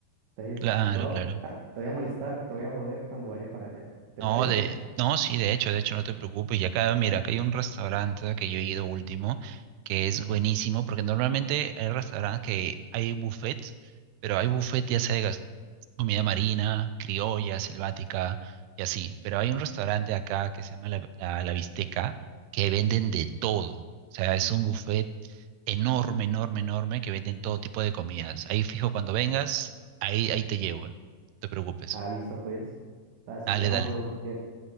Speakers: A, on the right; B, on the right.
A: Entonces,
B: Claro, claro.
A: te voy a molestar, te voy a joder cuando vaya para allá. ¿Te
B: No,
A: parece?
B: de, no, sí, de hecho, de hecho, no te preocupes. Y acá, mira, acá hay un restaurante que yo he ido último, que es buenísimo, porque normalmente hay restaurantes que hay buffets, pero hay buffet ya sea de gas- comida marina, criolla, selvática y así. Pero hay un restaurante acá que se llama La, La, La Bisteca, que venden de todo. O sea, es un buffet enorme, enorme, enorme, que venden todo tipo de comidas. Ahí fijo, cuando vengas, ahí, ahí te llevo. No te preocupes.
A: Ah, listo, pues. Así
B: Dale,
A: quedamos,
B: dale.
A: viejo. Bien,